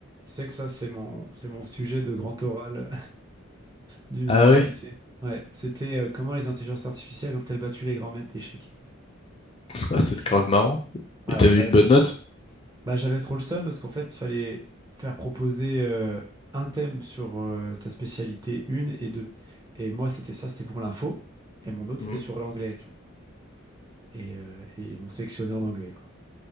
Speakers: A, on the right; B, on the left.
A: Tu sais que ça, c'est mon, c'est mon sujet de grand oral du,
B: Ah
A: du
B: ouais?
A: lycée. Ouais, c'était euh, comment les intelligences artificielles ont-elles battu les grands maîtres d'échecs.
B: <laughs> Ouais, c'est
A: Donc,
B: grave
A: euh,
B: marrant. Et
A: ouais,
B: t'avais
A: ouais,
B: une
A: c'était-
B: bonne note?
A: bah, j'avais trop le seum parce qu'en fait, fallait faire proposer euh, un thème sur euh, ta spécialité une et deux Et moi, c'était ça, c'était pour l'info. Et mon autre,
B: Hmm.
A: c'était sur l'anglais, tu vois. Et, euh, et ils m'ont sélectionné en anglais, quoi.